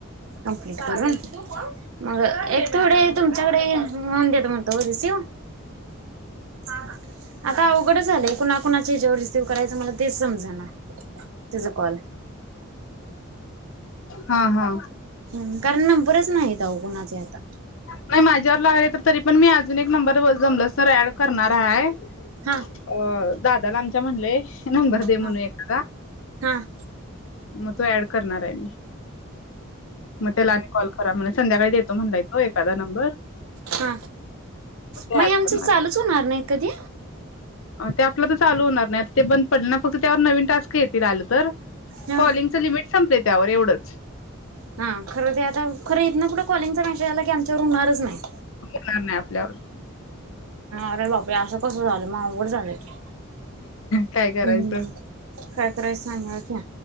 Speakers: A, on the right; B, on the left.
A: कमप्लीट करून मग एक थोडे तुमच्याकडे होऊन देते म्हणतो हो रिसिव. हा हा. आता अवघडच झालंय कुणा कुणाचे जेवर रिसीव्ह करायचं मला तेच समजा ना तिझ कॉल.
B: हा हा.
A: हम कारण नंबरच नाहीेतऊ अवो कोणाचे आता.
B: नाही माझ्यावर लागले तर तरी पण मी, अजून एक नंबर व जमलस तर ऍड करणार आहे.
A: हां.
B: व दादाला आमच्या म्हणलेय नंबर दे म्हणून
A: हा
B: एकदा.
A: हा.
B: मग तो ऍड करणार आहे मी मग त्याला कॉल खरा म्हणा संध्याकाळी देतो म्हणलाय तो एखादा नंबर
A: हा
B: ते
A: मग
B: ऍड
A: आमच
B: करणार
A: चालूच होणार नाही कधी?
B: ते आपलं तर चालू होणार नाही आता ते बंद पडले ना. फक्त त्यावर नवीन टास्क येतील आलं तर.
A: हा
B: कॉलिंगचं लिमिट संपलंय त्यावर एवढंच.
A: हा खरं ते आता खर इथंन पुढ कॉलिंगचा मेसेज आला की, आमच्यावर होणारच नाही.
B: होणार नाही आपल्यावर
A: अरे बापरे! असं कसं झालं, अवघड झालंय की.
B: काय करायचं
A: हम्म. काय करायच सांगा की?